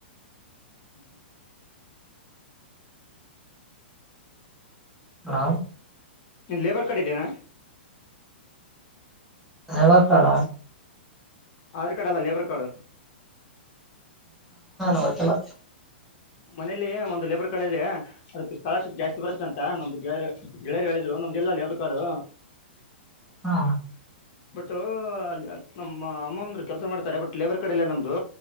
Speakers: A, on the left; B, in the centre.
A: ಹ್ಮ್ ಹ್ಮ್
B: ಹಾ
A: ನೀನ್ ಲೇಬರ್ ಕಡೆಿದ್ದೇನಾ
B: ನವಾ ಕಡ
A: ಆಧಾರ್ ಕಾರ್ಡ್ ಅಲ್ಲ ಲೇಬರ್ ಕಾರ್ಡ್
B: ನ ಕೆಲ್ಲ
A: ಮನೇಲಿ ಒಂದು ಲೇಬರ್ ಕಡೆದೆ ಅದಕ್ ಸ್ಕಾಲರ್ಶಿಪ್ ಜಾಸ್ತಿ ಬರುತ್ತೆ ಅಂತ ನಮ್ದು ಗೆ ಗೆಳೆಯರು ಹೇಳ ನಮ್ದು ಎಲ್ಲಲ್ಲಿ ಅವ್ರ ಕಾಡು
B: ಹಾ
A: ಬಟ್ ನಮ್ಮ ಅಮ್ಮ ಅಂದರು ಕೆಲ್ಸ ಮಾಡ್ತಾರೆ ಬಟ್ ಲೇಬರ್ ಕಡೆ ಇಲ್ಲ ನಮ್ದು